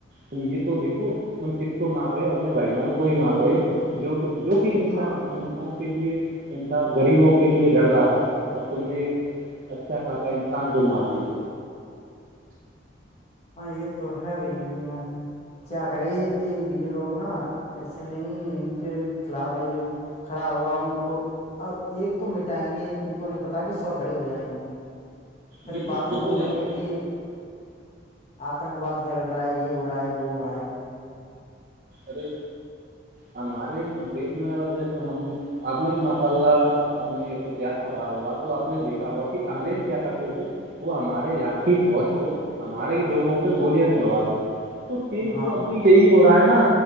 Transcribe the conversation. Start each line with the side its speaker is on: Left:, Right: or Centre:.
Right: تم یہ تو دیکھو تم کس کو مار رہے ہو اپنے بھائی جان کو ہی مار رہے ہو جو جو کہ انصاف
Left: ہاں
Right: انسان کے لیے انصاف غریبوں کے لیے لڑ رہا تھا اور تم نے ایک اچھا خاصا انسان کو مار دیا
Left: ہاں یہ تو ہے بھائی میا کیا کرے یہ لیے لوگ نا ایسے نہیں ان کے خلاف بائی جو کھڑا ہوگا ان کو اب ایک کو مٹائیں گے ان کو نہیں پتا کہ سو کھڑے ہو جائیں گے پھر
Right: جی
Left: بعد
Right: جی
Left: میں
Right: ہو
Left: بولیں
Right: تو جاتے
Left: گے کہ
Right: ہیں
Left: آتنکواد پھیل رہا ہے یہ ہو رہا ہے وہ ہو رہا ہے
Right: ارے ہمارے دیش میں اگر دیکسے ہم آپ نے ماشاء اللہ آپ نے اتہاس پڑھا ہوا تو آپ نے دیکھا ہوا کہ انگریز کیا کرتے تھے وہ ہمارے یہاں کی فوج کو ہمارے ہی لوگوں پہ گولیاں چلواتے تھے تو سم
Left: ہاں
Right: تو ابھی یہی ہو رہا ہے نا